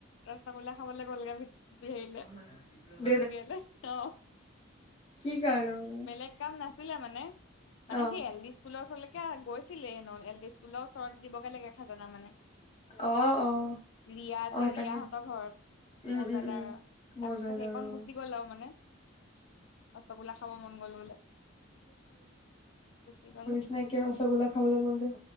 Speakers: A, on the left; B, on the left.
A: ৰাসগোল্লা খাবলে গ'লগে ভিত হেৰিলে।
B: <inaudible>
A: বিহপুৰীয়ালে অ।
B: কি কাৰণে মানে
A: বেলেগ কাম নাছিলে মানে, মানে
B: অ,
A: সেই এল ডি স্কুলৰ ওচৰলেকে গৈছিলে ন এল ডি স্কুলৰ ওচৰত দিবগে লাগে। খাজনা মানে
B: অ, অ,
A: ৰিয়া
B: অ
A: যে
B: সেইকাৰণে
A: ৰিয়াহঁতৰ ঘৰত।
B: উম,
A: মৌজাদাৰ
B: উম, উম। মৌ
A: তাৰপিছত
B: জৰ্দাৰ
A: সেইকণ
B: অ,
A: গুচি গ'ল আও মানে। ৰসগোল্লা খাব মন গ'ল বোলে, গুছি গল।
B: এনেকে ৰসগোল্লা খাবলে মন যায়।